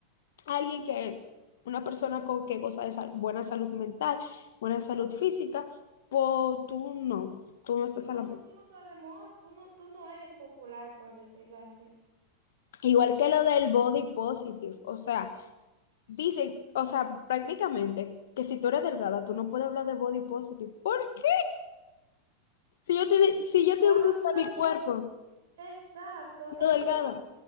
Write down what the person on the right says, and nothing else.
No,
tú no estás de moda, tú no, tú no eres popular, por decirlo así.
Cuando
tú también
Exacto,
es que
son